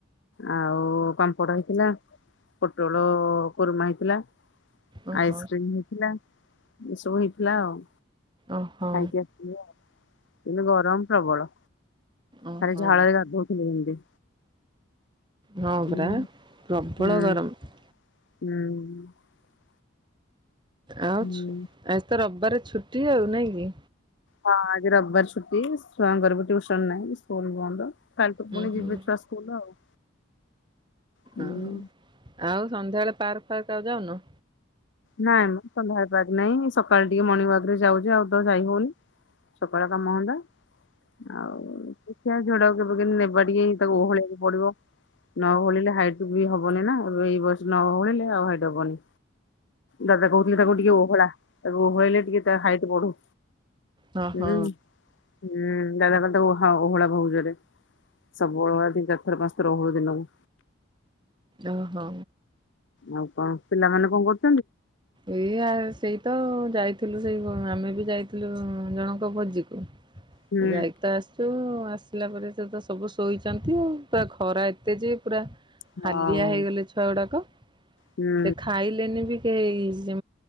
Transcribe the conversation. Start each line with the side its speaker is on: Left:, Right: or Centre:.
Left: ଆଉ ପାମ୍ପଡ ହେଇଥିଲା। ପୋଟଳ କୁରୁମା ହେଇଥିଲା।
Right: ଓହୋ
Left: ଆଇସ୍କ୍ରିମ ହେଇଥିଲା। ଏସବୁ ହେଇଥିଲା ଆଉ।
Right: ଓହୋ
Left: ଆଜ୍ଞା। କିନ୍ତୁ ଗରମ ପ୍ରବଳ।
Right: ଓହୋ।
Left: ଖାଲି ଝାଳରେ ଗାଧଉଥିଲୁ <unintelligible> ଯେମିତି।
Right: ହଁ
Left: ହୁଁ
Right: ପରା ପ୍ରବଳ
Left: ହୁଁ
Right: ଗରମ।
Left: ହୁଁ।
Right: ଆଉ
Left: ହୁଁ
Right: ଆଜି ତ ରବିବାର ଛୁଟି ଆଉ ନାଇଁ କି?
Left: ହଁ ଆଜି ରବିବାର ଛୁଟି <unintelligible> ସ୍ୱୟଂ ଙ୍କର ବି ଟିଉସନ ନାହିଁ ସ୍କୁଲ ବନ୍ଦ। କାଲି ଠୁ ପୁଣି
Right: ହୁଁ ହୁଁ।
Left: ଯିବେ ଛୁଆ ସ୍କୁଲ ଆଉ? ହୁଁ
Right: ଓହୋ। ଆଉ ସନ୍ଧ୍ୟାବେଳେ ପାର୍କ ଫାର୍କ ଆଉ ଯାଉନ?
Left: ନାଇଁ ମ ସନ୍ଧ୍ୟା ରେ ପାର୍କ ନାଇଁ। ସକାଳ ଟିକେ ମର୍ଣିଙ୍ଗ ୱାକ ରେ ଯାଉଛି, ଆଉ ତ ଯାଇ ହଉନି। ସକାଳ କାମ ଧନ୍ଦା। ଆଉ ଦେଖିଆ ଝିଅଟା କୁ କେବେ କେମିତି ନେବା ଟିକେ ତାକୁ ଓହଳେଇବାକୁ ପଡିବ। ନ ହୋଳିଲେ ହାଇଟ ବି ହବନି ନା ଏଇ ବର୍ଷ ନ ଓହଳିଲେ ଆଉ ହାଇଟ ହବନି। ଦାଦା କହୁଥିଲେ ତାକୁ ଟିକେ ଓହଳା ତାକୁ ଓହଳେଇଲେ ଟିକେ ତା ହାଇଟ୍ ବଢୁ।
Right: ହଁ
Left: ହୁଁ
Right: ହଁ।
Left: ହୁଁ ଦାଦା କହିଲେ ତାକୁ ଓହଳା ବହୁତଜୋରେ। ସବୁବେଳେ ଦିନକୁ ଚାରି ଥର ପାଞ୍ଚ ଥର ଓହଳା ଦିନକୁ।
Right: ଓହୋ
Left: ଆଉ କଣ ପିଲାମାନେ କଣ କରୁଛନ୍ତି?
Right: ଏଇ ସେଇ ତ ଯାଇଥିଲୁ ସେଇ ଆମେ ବି ଯାଇଥିଲୁ ଜଣଙ୍କ ଭୋଜିକୁ।
Left: ହୁଁ
Right: ରାଇତ ଆସିଥିବା ଆସ ଆସିଲା ପରେ ସେ ସବୁ ଶୋଇଛନ୍ତି ଆଉ ପୁରା ଖରା ଏତେ ଯେ ପୁରା
Left: ହଁ
Right: ହାଲିଆ ହେଇଗଲେ ଛୁଆ ଗୁଡାକ
Left: ହୁଁ
Right: ସେ ଖାଇଲେନି ବି କେହି । ସେ